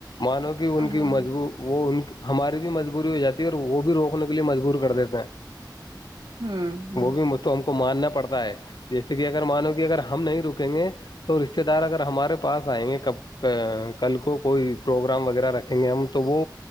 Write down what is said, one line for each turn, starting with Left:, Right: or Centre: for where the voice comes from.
Left: مانو کہ ان
Right: ہوں
Left: کی مضبوط وہ ان ہماری بھی مجبوری ہو جاتی ہے اور وہ بھی روکنے کے لیے مجبور کر دیتے ہیں
Right: ہوں ہ
Left: وہ بھی تو ہم ماننا پڑتا ہے جیسے کہ اگر مانو کہ اگر ہم نہیں رک رکیں گے تو رشتے دار اگر ہمارے پاس آئیں گےب کل کو کوئی پروگرام وغیرہ رکھیں گے ہم تو وہ